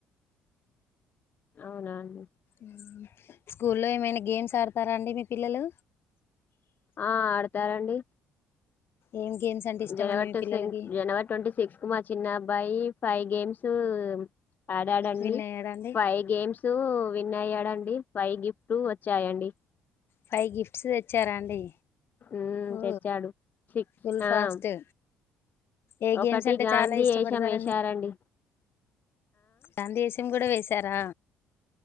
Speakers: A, on the left; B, on the left.
A: అవునా అండి
B: ఉమ్ స్కూల్లో ఏమైనా గేమ్స్ ఆడతారా అండి మీ పిల్లలు
A: ఆ ఆడతారండి
B: ఏం గేమ్స్ అంటే ఇష్టం
A: జనవరి
B: అండి మీ
A: టుసిం
B: పిల్లలకి
A: జనవరి ట్వంటీ సిక్స్ కు మా చిన్న అబ్బాయి ఫైవ్ గేమ్స్ ఆడాడండి
B: విన్ అయ్యాడా అండి
A: ఫైవ్ గేమ్స్ సు విన్ అయ్యాడండి పైవ్ గిఫ్ట్ వచ్చాయండి
B: ఫైవ్ గిఫ్ట్స్ తెచ్చారా అండి
A: ఉమ్
B: ఓ
A: తెచ్చాడు సిక్స్
B: ఫుల్ ఫాస్ట్
A: ఆమ్
B: ఏ గేమ్స్
A: ఒకటి
B: అంటే
A: గాంధీ
B: చాలా ఇష్టపడతారండి
A: ఏష మేశారండి
B: గాంధీశం కూడా వేశారా